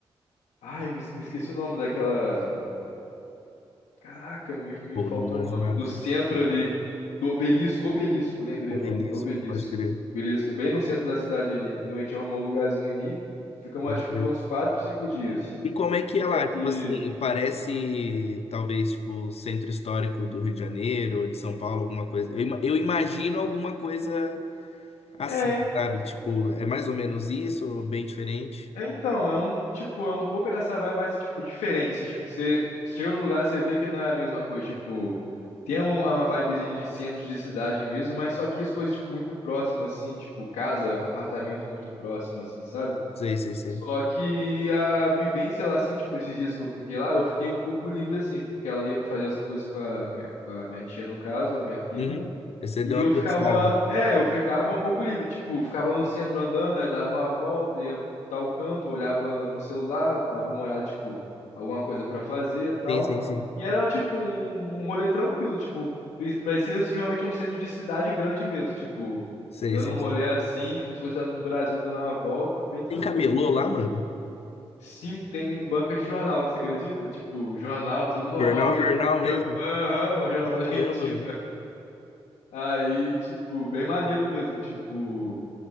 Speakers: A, on the left; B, on the left.
A: Ai, me, es- me esqueci o nome daquela. Caraca, me, me
B: Pô,
A: faltou
B: não manjo
A: o nome.
B: nada
A: Do
B: de
A: centro ali. Do obelisco, obelisco, lembrei
B: obelisco.
A: o nome. Obelisco.
B: Pode crer,
A: Obelisco, bem no centro da cidade ali, entendeu? A gente arrumou um lugarzinho ali. Ficamos,
B: pode
A: acho
B: crer.
A: que foi uns quatro, cinco dias.
B: E como é que é
A: Só
B: lá? Tipo
A: que.
B: assim, parece talvez tipo o centro histórico do Rio de Janeiro ou de São Paulo, alguma coisa. Eu, ima- eu imagino alguma coisa assim,
A: É,
B: sabe? Tipo, é mais ou menos isso ou bem diferente?
A: É, então, é um, tipo, é um pouco nessa vibe mais, tipo, diferente. Tipo, você chega num lugar, você vê que não é a mesma coisa, tipo, tem um- uma vibezinha de centro de cidade mesmo, mas só que as coisas, tipo, muito próximas, assim, tipo, casa, apartamento muito próximo, assim, sabe?
B: Sei, sei, sei.
A: Só que a vivência lá, assim, tipo, esses dias que eu fiquei lá, eu fiquei um pouco livre, assim, porque ela ia fazer as coisas com a minha, com a minha tia, no caso, a minha prima,
B: Uhum. Você
A: e
B: deu uma
A: eu
B: turistada.
A: ficava, é, eu ficava um pouco livre, tipo, ficava no centro andando, aí dava uma volta, ia pro tal canto, olhava no celular, dava uma olhada, tipo, alguma coisa pra fazer e tal.
B: Sim, sim, sim.
A: E era, tipo, um, um rolê tranquilo, tipo, pre- parecia assim, realmente um centro de cidade grande mesmo, tipo,
B: Sei,
A: dando
B: sei,
A: um rolê
B: sei.
A: assim, como se fosse lá no Brasil dando uma volta, bem tranquilo.
B: Tem camelô
A: E, tipo,
B: lá, mano?
A: sim, tem banca de jornal, você acredita? Tipo, jornal, tudo normal
B: Jornal,
A: mesmo.
B: jornal mesmo?
A: Aham, o jornal da Argentina.
B: Caramba,
A: Aí, tipo, bem maneiro mesmo. Tipo,